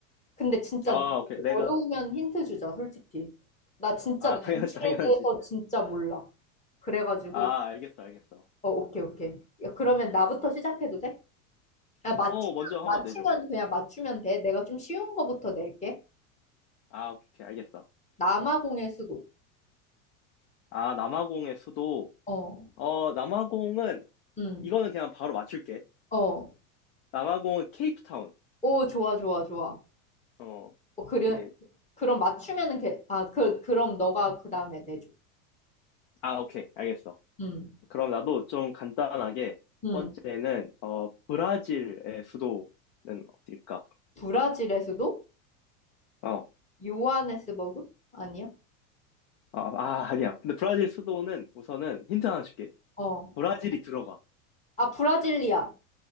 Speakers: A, on the left; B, on the left.
A: 근데 진짜
B: 아, 오케이. 내가,
A: 어려우면 힌트 주자, 솔직히. 나 진짜
B: 아,
A: 남미에
B: <laughs> 당연하지, 당연하지.
A: 대해서 진짜 몰라. 그래가지고,
B: 아, 알겠어, 알겠어.
A: 어, 오케이, 오케이. 야, 그러면 나부터 시작해도 돼? 아, 맞추면,
B: 어, 먼저 한번
A: 맞추면,
B: 내줘.
A: 그냥 맞추면 돼. 내가 좀 쉬운 거부터 낼게.
B: 아, 오케이, 알겠어.
A: 남아공의 수도.
B: 아, 남아공의 수도.
A: 어,
B: 어, 남아공은,
A: 음,
B: 이거는 그냥 바로 맞출게.
A: 어.
B: 남아공은 케이프타운.
A: 오, 좋아, 좋아, 좋아.
B: 어,
A: 어, 그래,
B: 이게,
A: 그럼 맞추면은 걔, 아, 그, 그럼 너가 그 다음에 내줘.
B: 아, 오케이, 알겠어.
A: 음,
B: 그럼 나도 좀 간단하게 첫
A: 음.
B: 번째는 어 브라질의 수도는 어딜까?
A: 브라질의 수도?
B: 어.
A: 요하네스버그? 아니야?
B: 아, 아, 아니야. 근데 브라질 수도는 우선은 힌트 하나 줄게.
A: 어.
B: 브라질이 들어가.
A: 아, 브라질리아.